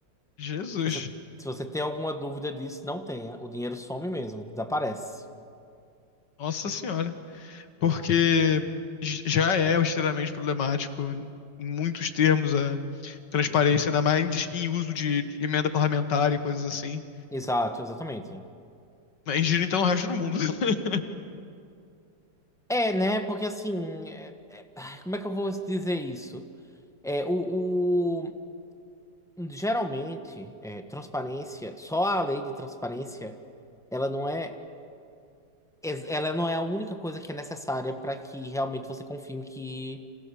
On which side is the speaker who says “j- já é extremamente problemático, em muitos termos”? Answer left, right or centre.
Left